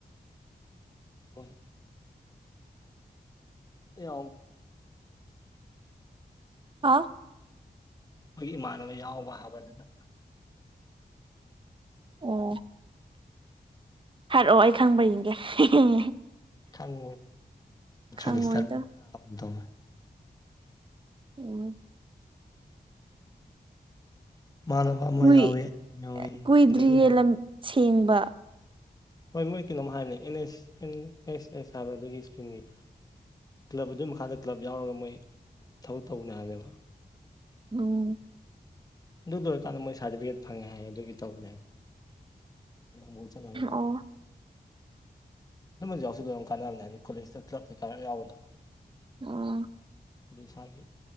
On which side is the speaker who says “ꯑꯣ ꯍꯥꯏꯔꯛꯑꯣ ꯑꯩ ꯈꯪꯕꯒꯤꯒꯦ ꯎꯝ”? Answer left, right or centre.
Right